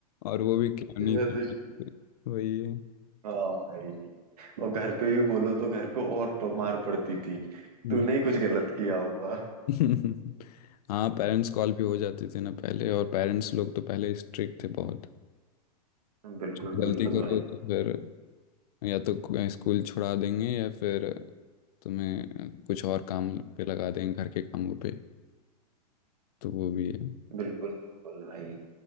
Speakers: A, on the left (about 70°); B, on the right (about 70°).
A: और वो भी खिलौनी
B: ऐसे
A: तो मारते थे। वही है
B: हाँ भाई और घर पे भी बोलो तो घर पे और प- मार पड़ती थी
A: हम्म।
B: तूने ही कुछ गलत किया होगा
A: <laughs> हाँ पेरेंट्स कॉल भी हो जाते थे ना पहले और पेरेंट्स लोग तो पहले स्ट्रिक्ट थे बहुत
B: बिल्कुल
A: गलती
B: बिल्कुल
A: करो
B: भाई
A: तो फिर या तो स्कूल छुड़ा देंगे या फिर तुम्हें कुछ और काम पे लगा देंगे घर के कामों पे तो वो भी है
B: बिल्कुल बिल्कुल भाई